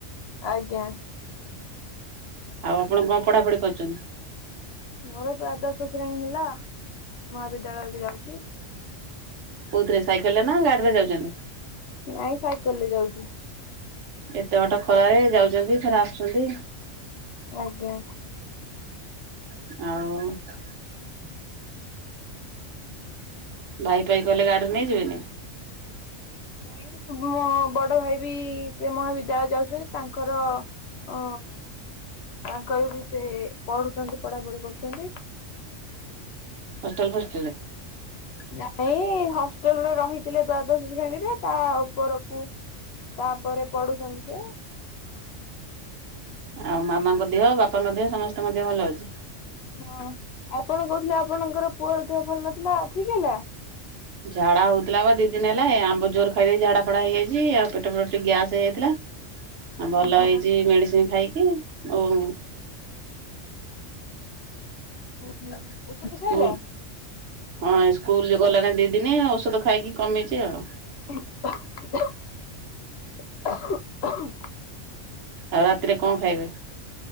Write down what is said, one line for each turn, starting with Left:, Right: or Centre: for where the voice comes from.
Left: ଆଜ୍ଞା
Right: ଆଉ ଆପଣ କଣ ପଢାପଢି କରୁଛନ୍ତି?
Left: ମୋର ଦ୍ୱାଦଶ ଶ୍ରେଣୀ ହେଲା ମହାବିଦ୍ୟାଳୟ କୁ ଯାଉଛି।
Right: କଉଥିରେ ସାଇକେଲରେ ନା ଗାଡିରେ ଯାଉଛନ୍ତି?
Left: ନାଇଁ ସାଇକେଲରେ ଯାଉଛି
Right: ଏତେ ବାଟ ଖରାରେ ଯାଉଛନ୍ତି ଥରେ ଆସୁଛନ୍ତି।
Left: ଆଜ୍ଞା
Right: ଆଉ ଭାଇ ପାଇ କଲେ ଗାଡିରେ ନେଇଯିବିନି
Left: ନାଇଁ ମୋ ବଡ ଭାଇ ବି ସେ ମହାବିଦ୍ୟାଳୟ ଯାଉଛନ୍ତି ତାଙ୍କର
Right: <inaudible>
Left: ଅ ତାଙ୍କର ବି ସେ ପଢୁଛନ୍ତି ପଢାପଢି କରୁଛନ୍ତି।
Right: ହଷ୍ଟେଲ ଫଷ୍ଟେଲ
Left: ନାଇଁ ହଷ୍ଟେଲରେ ରହିଥିଲେ ଦ୍ଵାଦଶ ଶ୍ରେଣୀରେ ତା ଉପରକୁ ତାପରେ ପଢୁଛନ୍ତି ସେ
Right: ଆଉ ମାମାଙ୍କ ଦିହ ବାପାଙ୍କ ଦିହ ସମସ୍ତଙ୍କ ଦିହ ଭଲ ଅଛି।
Left: ହଁ ଆପଣ କହୁଥିଲେ ଆପଣଙ୍କର ପୁଅର ଦେହ ଭଲ ନଥିଲା ଠିକ ହେଲା।
Right: ଝାଡା ହଉଥିଲା ବା ଦି ଦିନ ହେଲା ଏ ଆମ୍ବ ଜୋର ଖାଇଦେଇ ଝାଡା ଫଡା ହେଇଯାଇଛି ଆଉ ପେଟ ପଟ ଟିକେ ଗ୍ୟାସ ହେଇଯାଇଥିଲା ଆଉ ଭଲ
Left: ଓହୋ।
Right: ହେଇଚି ମେଡିସିନ ଖାଇକି ଆଉ
Left: ହୁଁ। ଔଷଧ
Right: ସ୍କୁଲ
Left: ଖାଇଲା?
Right: ହଁ ସ୍କୁଲ ଯ ଗଲାଣି ଦି ଦିନ ଔଷଧ ଖାଇକି କମେଇଚି ଆଉ।
Left: <unintelligible>
Right: ଆଉ ରାତିରେ କଣ ଖାଇବେ?